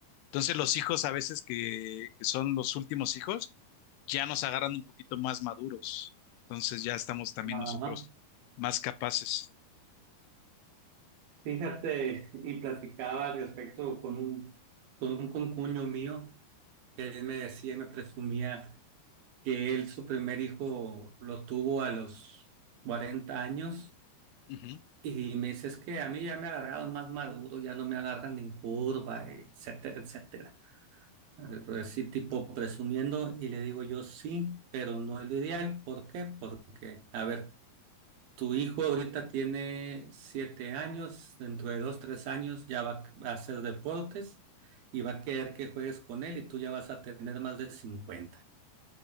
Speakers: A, on the left; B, on the right.
A: Entonces, los hijos a veces que, que son los últimos hijos, ya nos agarran un poquito más maduros. Entonces, ya estamos también
B: Ajá.
A: nosotros más capaces.
B: Fíjate, y platicaba al respecto con un, con un concuño mío, que él me decía, y me presumía que él su primer hijo lo tuvo a los 40 años
A: Ujú.
B: y me dice, es que a mí ya me agarraron más maduro, ya no me agarran en curva, etcétera, etcétera. Eh, Pues sí, tipo presumiendo y le digo yo sí, pero no es lo ideal. ¿Por qué? Porque, a ver. Tu hijo ahorita tiene siete años, dentro de dos, tres años ya va va a hacer deportes y va a querer que juegues con él y tú ya vas a tener más de 50.